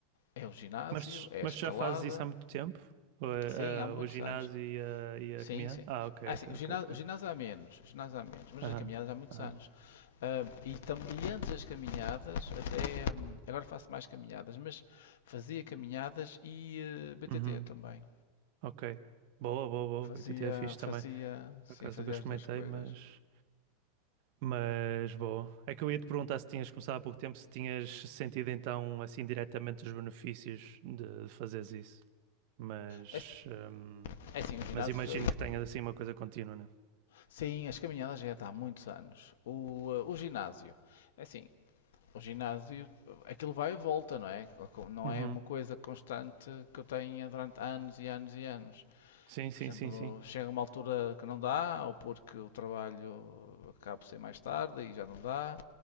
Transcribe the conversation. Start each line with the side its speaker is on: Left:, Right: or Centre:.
Left: É o ginásio?
Right: Mas,
Left: É
Right: mas
Left: a escalada?
Right: já fazes isso há muito tempo? O, eh,
Left: Sim, há muitos
Right: eh, o ginásio
Left: anos.
Right: e a, e a
Left: Sim,
Right: caminhada?
Left: sim.
Right: Ah, ok,
Left: Ah,
Right: ok,
Left: sim, o
Right: ok,
Left: ginásio,
Right: ok.
Left: o ginásio há menos, o ginásio há menos, mas
Right: Aham,
Left: as caminhadas há muitos
Right: aham.
Left: anos. Ah, e, tam- e antes das caminhadas, até hum, agora faço mais caminhadas, mas fazia caminhadas e eh, BTT
Right: Uhum,
Left: também.
Right: ok. Boa, boa, boa.
Left: Fazia,
Right: BTT é fixe
Left: fazia,
Right: também.
Left: sim,
Right: Por acaso
Left: fazia
Right: nunca experimentei,
Left: as duas coisas.
Right: mas. Mas boa. É que eu ia te perguntar se tinhas começado há pouco tempo, se tinhas sentido então assim diretamente os benefícios de, de fazeres isso. Mas,
Left: É, s-
Right: hum,
Left: é assim, o ginásio
Right: mas imagino
Left: foi.
Right: que tenhas assim uma coisa contínua, né?
Left: Sim, as caminhadas já é de há muitos anos. O, eh, o ginásio, é assim, o ginásio, aquilo vai e volta, não é? Co- co- Não
Right: Uhum.
Left: é uma coisa constante que eu tenha durante anos e anos e anos.
Right: Sim, sim,
Left: Por exemplo,
Right: sim, sim.
Left: chega uma altura que não dá, ou porque o trabalho acaba por ser mais tarde e já não dá,